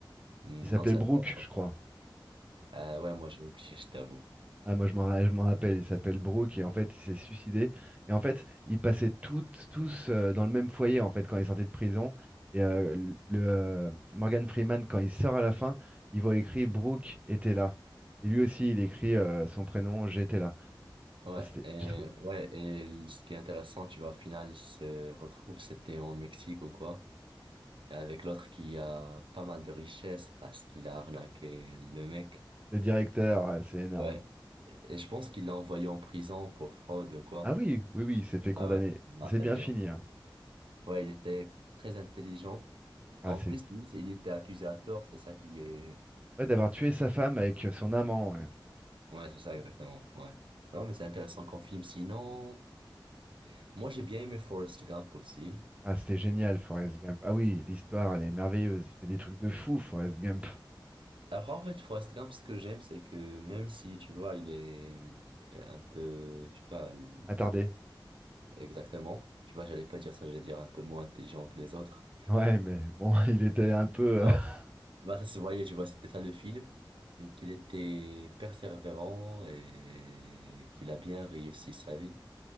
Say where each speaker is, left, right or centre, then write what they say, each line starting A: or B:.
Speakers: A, on the right (about 80°); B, on the right (about 15°).
A: Hmm,
B: Il s'appelait
A: Non, c'est
B: Brooke,
A: intéressant.
B: je crois.
A: Euh, ouais, moi j'ai oublié, <laughs> je t'avoue.
B: Ah, moi, je m'en ra- je m'en rappelle, il s'appelle Brooke et en fait, il s'est suicidé. Et en fait, ils passaient toutes, tous euh, dans le même foyer en fait quand ils sortaient de prison. Et euh, le euh, Morgan Freeman, quand il sort à la fin, il voit écrit Brooke était là. Et lui aussi, il écrit euh, son prénom, j'étais là.
A: Ouais,
B: Ça, c'était-
A: et,
B: j'ai trou-
A: ouais, et l- ce qui est intéressant, tu vois, au final, ils se retrouvent, c'était en Mexique ou quoi, avec l'autre qui a pas mal de richesses parce qu'il a arnaqué le mec.
B: Le directeur, euh, c'est énorme.
A: Ouais, et je pense qu'il l'a envoyé en prison pour fraude ou quoi.
B: Ah oui, oui, oui, il s'est fait condamner.
A: Ah ouais, je me
B: Ça
A: rappelle
B: s'est bien
A: bien.
B: fini. hein.
A: Ouais, il était très intelligent.
B: Ah,
A: En
B: c'est
A: plus, lui, c'est- il était accusé à tort, c'est ça qui est...
B: ouais, d'avoir tué sa femme avec euh, son amant. ouais.
A: Ouais, c'est ça exactement, ouais. Non, mais c'est intéressant qu'on filme. Sinon, moi j'ai bien aimé Forrest Gump aussi.
B: Ah, c'était génial, Forrest Gump. Ah oui, l'histoire, elle est merveilleuse. Il fait des trucs de fou, Forrest Gump.
A: Alors en fait, Forrest Gump, ce que j'aime, c'est que même si, tu vois, il est euh, un peu, tu vois, l-
B: Attardé.
A: exactement, tu vois, j'allais pas dire ça, j'allais dire un peu moins intelligent que les autres.
B: Ouais, mais bon, <laughs> il était un peu.
A: Bon,
B: euh, <laughs>
A: bah, ça se voyait, tu vois, c'était ça le film, mais qu'il était persévérant et qu'il a bien réussi sa vie.